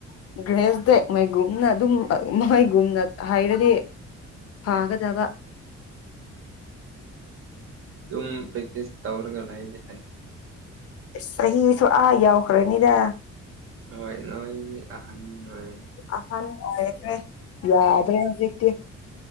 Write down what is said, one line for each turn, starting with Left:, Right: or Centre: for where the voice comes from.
Left: <unintelligible> ꯃꯩꯒꯨꯝꯅ ꯑꯗꯨꯝ ꯃꯣꯏꯒꯨꯝꯅ ꯍꯥꯏꯔꯗꯤ ꯐꯥꯒꯗꯕ
Right: ꯗꯨꯝ ꯄꯦꯛꯇꯤꯁ ꯇꯧꯔꯒ ꯂꯩꯔꯦ
Left: ꯆꯍꯤꯁꯨ ꯑꯥ ꯌꯧꯈꯔꯅꯤꯗ
Right: ꯍꯣꯏ ꯅꯣꯏꯗꯤ ꯑꯍꯟ ꯑꯣꯏꯔꯅꯤ
Left: ꯑꯍꯟ ꯑꯣꯏꯈ꯭ꯔꯦ ꯌꯥꯗ꯭ꯔꯦ ꯍꯧꯖꯤꯛꯇꯤ